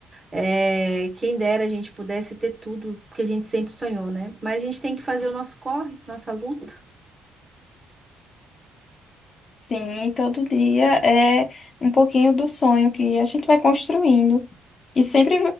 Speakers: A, on the right; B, on the left.
A: É, quem dera a gente pudesse ter tudo que a gente sempre sonhou, né? Mas a gente tem que fazer o nosso corre, nossa luta.
B: Sim, e todo dia é um pouquinho do sonho que a gente vai construindo. E sempre,